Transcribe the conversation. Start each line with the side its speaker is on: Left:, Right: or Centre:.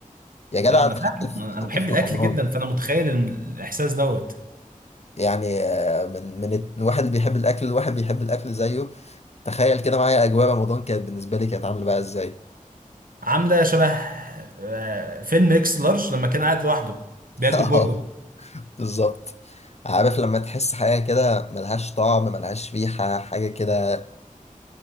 Left: يا جدع
Right: انا
Left: ده
Right: فاهم
Left: حتى في
Right: انا
Left: حتى
Right: بحب
Left: في
Right: الاكل
Left: رمضان
Right: جدا فانا متخيل الم- الاحساس دوت
Left: يعني آه، من من الت- الواحد اللي بيحب الاكل الواحد بيحب الاكل زيه تخيل كده معايا اجواء رمضان كانت بالنسبه لي كانت عامله بقى ازاي
Right: عامله شبه آه، فيلم اكس لارج لما كان قاعد لوحده بياكل
Left: <laughs> اه
Right: برجر
Left: بالظبط عارف لما تحس حاجة كده ملهاش طعم ملهاش ريحة حاجة كده